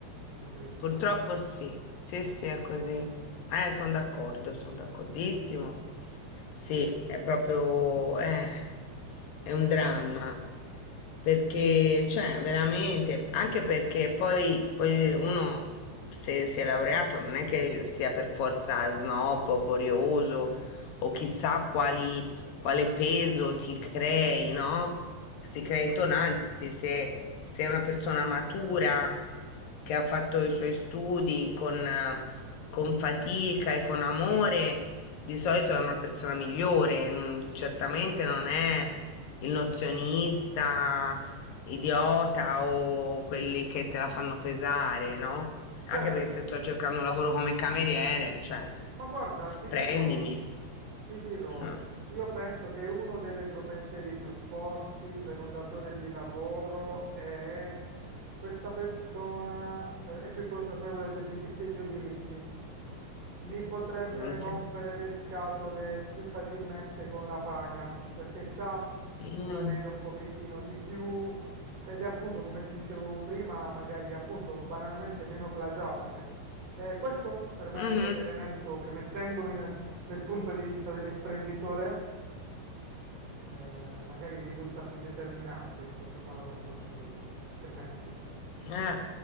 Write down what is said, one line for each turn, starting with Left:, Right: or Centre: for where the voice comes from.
Right: è triste
Left: Purtroppo
Right: veramente.
Left: sì, sì, sì, è così. Eh, sono d'accordo, sono d'accordissimo. Sì, è proprio, eh, è un dramma, perché, cioè, veramente, anche perché poi, poi uno, se si è laureato, non è che sia per forza snob o borioso o chissà quali, quale peso ti crei, no? si
Right: Sì,
Left: crea intonanza, se, se è una persona matura che ha fatto i suoi studi
Right: sì,
Left: con, eh, con fatica e con amore, di solito è una persona migliore, mm, certamente non è il nozionista, idiota o quelli che te la fanno pesare, no? Anche
Right: certo,
Left: perché se sto cercando un lavoro come cameriere, cioè,
Right: Ma guarda,
Left: f-
Right: ti
Left: prendimi.
Right: dirò, ti dirò,
Left: Eh,
Right: io penso che uno dei retropensieri più forti per un datore di lavoro è questa persona, eh, è più consapevole dei suoi, di- dei suoi diritti. Mi potrebbe
Left: Anche.
Right: rompere le scatole più facilmente con la paga, perché sa
Left: Mm.
Right: di valere un pochettino di più ed è appunto, come ti dicevo prima, magari appunto banalmente meno plagiabile. Eh, questo per me
Left: Mhm.
Right: è l'elemento che mettendomi nel, nel punto di vista dell'imprenditore, eh, magari risulta più determinante in questo paradosso assurdo. Che pensi?
Left: Eh,